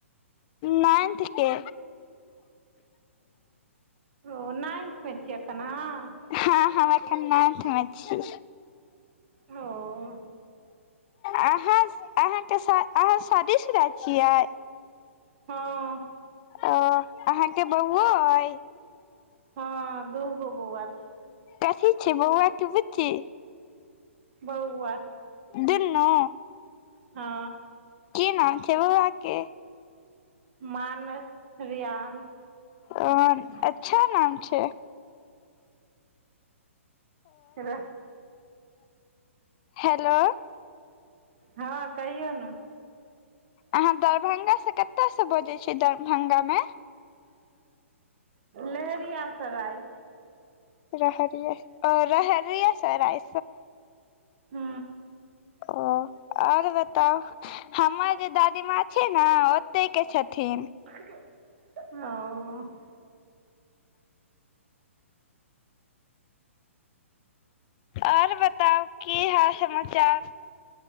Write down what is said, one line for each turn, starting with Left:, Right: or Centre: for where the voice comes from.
Left: नाइन्थ के।
Right: ओ नाइन्थ में छियै एखन अहाँ?
Left: हँ-हँ अखन नाइन्थ में छी।
Right: ओ।
Left: अहाँ-अहाँ के शा-अहाँ शादीशुदा छियै?
Right: हँ।
Left: अऽ, अहाँके बौवो अइ?
Right: हँ, दू गो बौवा छ
Left: कथी छै बौवा कि बुच्ची?
Right: बौवा।
Left: दुनू?
Right: हँ।
Left: की नाम छै बौवा के?
Right: मानस, रियानस।
Left: ओ, अच्छा नाम छै।
Right: रह
Left: हेलो
Right: हँ कहियौ न।
Left: अहाँ दरभंगा स कत स बजै छियै। दरभंगा मे?
Right: लेहेरियासराइ।
Left: रहरिए ओ रहरियासराय।
Right: हु
Left: ओ आर बताउ? हमर जे दादीमा छै न, ओतै के छथिन।
Right: ओ
Left: और ब ताव की हाल समाचार?